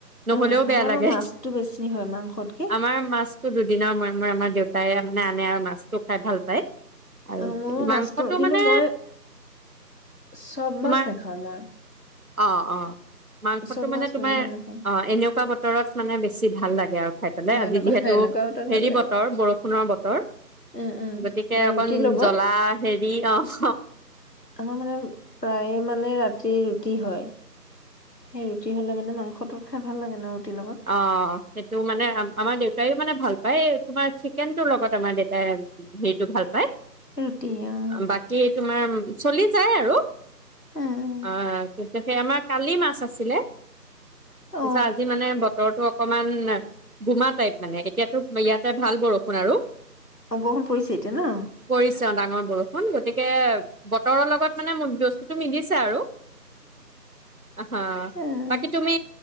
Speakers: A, on the right; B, on the left.
A: নহলেও
B: অ
A: বেয়া
B: আমাৰো
A: লাগে।
B: মাছটো বেছি হয় মাংসতকে
A: আমাৰ মাছতো দুদিনৰ মুৰে মাৰ আমাৰ দেউতাই মানে আনে আৰু, মাছটো খাই ভাল পায়। আৰু
B: অ মোৰো
A: মাংসটো
B: মাছটো কিন্তু
A: মানে,
B: মই চব
A: তোমাৰ
B: মাছ নাখাওঁ মই
A: অ, অ মাংসটো
B: চব
A: মানে
B: মাছ
A: তোমাৰ
B: ময়ো ভাল নাপাওঁ
A: অ এনেকুৱা বতৰত মানে বেছি ছি ভাল লাগে আৰু খাই পেলাই
B: অ
A: আজি
B: এনেকুৱা
A: যিহেতু
B: এনেকুৱা বতৰত
A: হেৰি
B: ভাল লাগে
A: বতৰ বৰষুণৰ বতৰ
B: উম উম
A: গতিকে
B: বা ৰুটিৰ
A: উম
B: লগত
A: জ্বলা হেৰি অহ
B: আমাৰ মানে প্ৰায়ে মানে ৰাতি ৰুটি হয়, সেই ৰুটি হলে মানে মাংস তোক খাই ভাল লাগে ন ৰুটিৰ লগত।
A: অ, সেইটো মানে আম আমাৰ দেউত <unintelligible> মানে ভাল পায় তোমাৰ চিকেনটোৰ লগত আমাৰ দেউতাই উম হেৰিটো ভাল পায়।
B: ৰুটি আহ
A: বাকী তোমাৰ চলি যায় আৰু
B: উম উম
A: আ আমাৰ কালি মাছ আছিলে।
B: অ
A: পিছে আজি মানে বত তৰটো অকমান গোমা টাইপ মানে, এতিয়াতো ইয়াতে ভাল বৰষুণ আৰু
B: অ বঅষুন পৰিছে এতিয়া ন?
A: পৰিছে ডাঙৰ বৰষুণ গতিকে বতৰৰ লগত মানে <unintelligible> বস্তুতটো মিলিছে আৰু হা
B: উম
A: বাকি তুমি